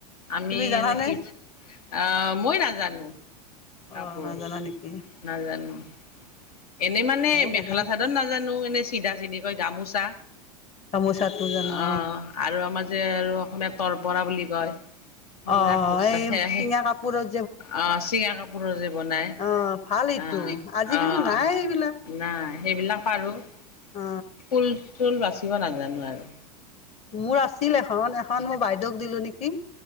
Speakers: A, on the left; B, on the left.
A: আমি,
B: তুমি জানানে
A: এনেকি অহ, মই নাজানো।
B: অ
A: কাপোৰ
B: নাজানা নেকি
A: নাজানো। এনেই মানে
B: অ নাজানো
A: মেখেলা চাদত নাজানো এনেই চিধা চিধি কয় গামোচা।
B: গামোচাটো জানো
A: অ আৰু আমাৰ যে আৰু অসমীয়াত তৰপৰা বুলি কয়। সেইবিলাক
B: অ
A: বস্তা
B: এই
A: সেয়াহে
B: চিঙা কাপোৰৰ
A: অ চিঙা কাপোৰৰ যে বনায়
B: অ ভাল এইটো
A: আহ
B: আজিকালি
A: আহ
B: নাই এইবিলাক
A: নাই সেইবিলাক পাৰো।
B: অ
A: ফুল চুল বাচিব নাজানো আৰু।
B: মোৰ আছিল এখন এখন মোৰ বাই দোষ দিলো নেকি?